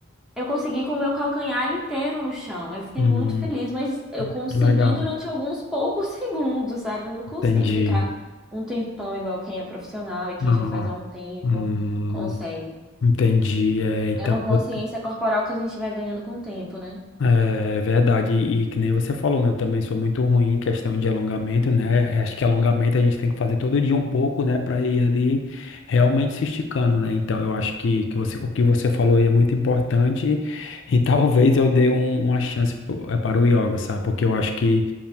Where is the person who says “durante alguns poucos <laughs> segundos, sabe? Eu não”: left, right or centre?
Centre